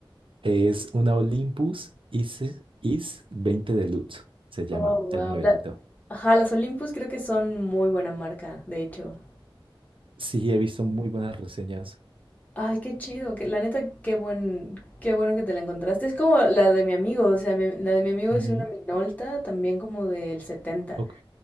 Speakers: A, on the right; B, on the left.
A: Es una Olympus IS, IS 20 Deluxe, se llama
B: Oh, wow.
A: el modelito.
B: La- Ajá, las Olympus creo que son muy buena marca, de hecho.
A: Sí, he visto muy buenas reseñas.
B: Ay, qué chido, que, la neta, qué buen, qué bueno que te la encontraste. Es como la de mi amigo, o sea, mi- la de mi amigo
A: Ujú,
B: es una Minolta, también como del setenta
A: Ok.